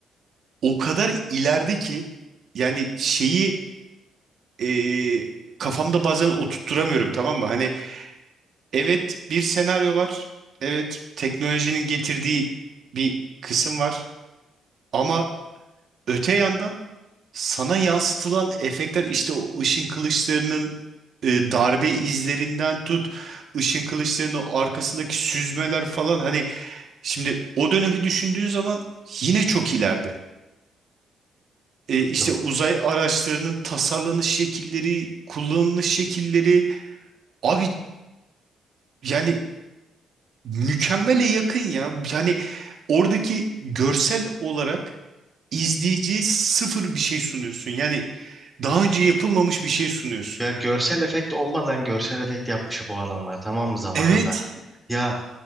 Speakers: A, on the right; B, in the centre.
A: o kadar ileride ki yani şeyi e, kafamda bazen oturtturamıyorum tamam mı? Hani evet bir senaryo var. Evet teknolojinin getirdiği bir kısım var. Ama öte yandan sana yansıtılan efektler işte o ışın kılıçlarının e, darbe izlerinden tut ışın kılıçlarının o arkasındaki süzmeler falan hani şimdi o dönemi düşündüğün zaman yine çok ileride. e, işte
B: Ya,
A: uzay araçlarının tasarlanış şekilleri, kullanılış şekilleri abi yani mükemmele yakın ya. Yani oradaki görsel olarak izleyiciye sıfır bir şey sunuyorsun. Yani daha önce yapılmamış bir şey sunuyorsun.
B: ya görsel efekt olmadan görsel efekt yapmış bu adamlar tamam mı zamanında?
A: Evet.
B: Ya